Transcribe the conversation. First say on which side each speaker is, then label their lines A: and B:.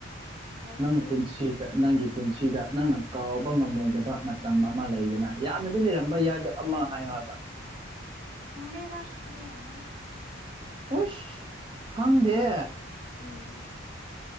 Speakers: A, on the right; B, on the right.
A: ꯍꯥꯏꯕꯗꯤ
B: ꯅꯪ ꯄꯨꯟꯁꯤ ꯗ ꯅꯪꯒꯤ ꯄꯨꯟꯁꯤꯗ ꯅꯪꯅ ꯀꯥꯎꯕ ꯉꯝꯃꯣꯏꯗꯕ ꯃꯇꯝ ꯑꯃ ꯂꯩꯗꯅ ꯌꯥꯝꯅꯗꯤ ꯂꯩꯔꯝꯕ ꯌꯥꯏꯗ‌ꯣ ꯑꯃ ꯍꯥꯏꯌ‌ꯣ ꯍꯥꯏꯕ
A: ꯂꯩꯗ‌ꯦꯗ ꯑꯗꯨꯒꯨꯝꯕ
B: ꯍꯁ ꯈꯪꯗꯦ
A: ꯎꯝ